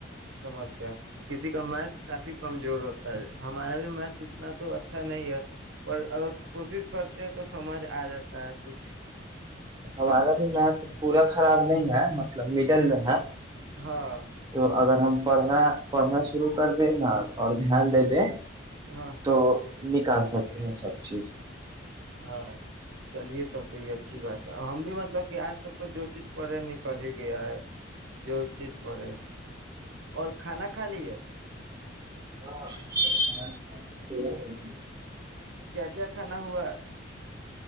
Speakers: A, on the right (about 75°); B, on the right (about 20°).
A: سمسیا کسی کا میتھ کافی کمزور ہوتا ہے ہمارا بھی میتھ اتنا تو اچھا نہیں ہے پر اگر کوشش کرتے ہیں تو سمجھ آ جاتا ہے کچھ <unintelligible>
B: ہمارا بھی میھ پورا خراب نہیں ہے مطلب مڈل میں ہے <unintelligible>
A: ہاں <unintelligible>
B: تو اگر ہم پڑھنا پڑنا شرو کر دے نا اور دھیان دے دے <unintelligible>
A: ہاں
B: تو <unintelligible> نکال سکتے ہیں سب چیز <unintelligible>
A: ہاں چلیے تب تو یہ اچھی بات ہے ہم بھی مطلب کہ آج تک تو جو چیز پڑھے نکل ہی گیا ہے جو چیز پڑھے اور کھانا کھا لی ہے
B: ہو <inaudible> ا <inaudible>
A: کیا کیا کھانا ہوا